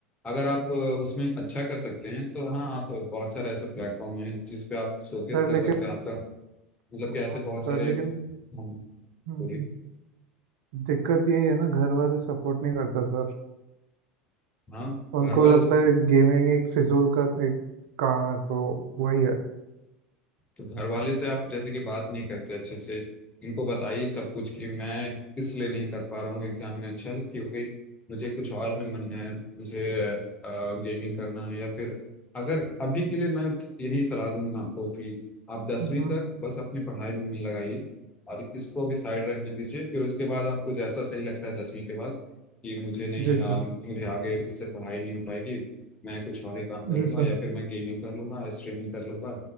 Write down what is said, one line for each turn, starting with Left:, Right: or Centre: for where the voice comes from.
Left: अगर आप अ, उसमें अच्छा कर सकते हैं तो हाँ आप बहुत सारे ऐसे प्लेटफॉर्म हैं जिस पे आप शोकेस
Right: सर
Left: कर
Right: लेकिन
Left: सकते हैं आपका मतलब
Right: हाँ,
Left: कि ऐसे बहुत
Right: सर
Left: सारे
Right: लेकिन
Left: हम,
Right: हम्म,
Left: बोलिए
Right: हम्म, दिक्कत यही है ना घर वाले सपोर्ट नहीं करता सर
Left: हाँ
Right: उनको
Left: घर वाले
Right: लगता
Left: सब
Right: है गेमिंग एक फिजूल का एक काम है तो वही है
Left: तो घर वाले से आप जैसे कि बात नहीं करते अच्छे से इनको बताइए सब कुछ कि मैं किस लिए नहीं कर पा रहा हूँ एग्जाम में अच्छा क्योंकि मुझे कुछ और में मन है मुझे गेमिंग करना है या फिर अगर अभी के लिए मैं यही सलाह दूंगा आपको कि आप दसवीं
Right: हम्म,
Left: तक बस अपनी पढ़ाई में मन लगाइए और इसको भी साइड रखने दीजिए फिर उसके बाद आपको जैसा सही लगता है दसवीं के बाद कि मुझे नहीं
Right: जी
Left: अ,
Right: सर
Left: मुझे आगे इससे पढ़ाई नहीं हो पाएगी मैं कुछ और ही काम कर
Right: जी
Left: लूंगा
Right: सर
Left: या फिर मैं गेमिंग कर लूंगा स्ट्रीमिंग कर लूंगा